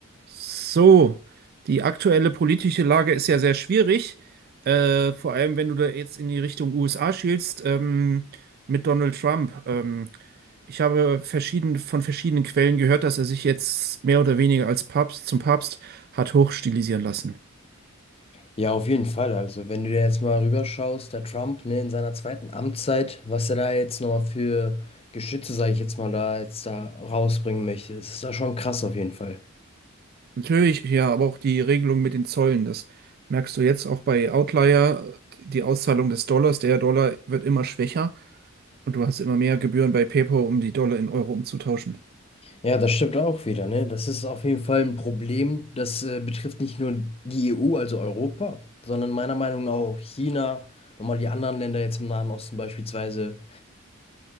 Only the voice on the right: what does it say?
So, die aktuelle politische Lage ist ja sehr schwierig, äh, vor allem wenn du da jetzt in die Richtung USA schielst, ähm, mit Donald Trump. Ähm, ich habe verschieden, von verschiedenen Quellen gehört, dass er sich jetzt mehr oder weniger als Papst zum Papst hat hochstilisieren lassen.
Natürlich, ja, aber auch die Regelung mit den Zöllen, das merkst du jetzt auch bei Outlier, die Auszahlung des Dollars, der Dollar wird immer schwächer und du hast immer mehr Gebühren bei PayPal, um die Dollar in Euro umzutauschen.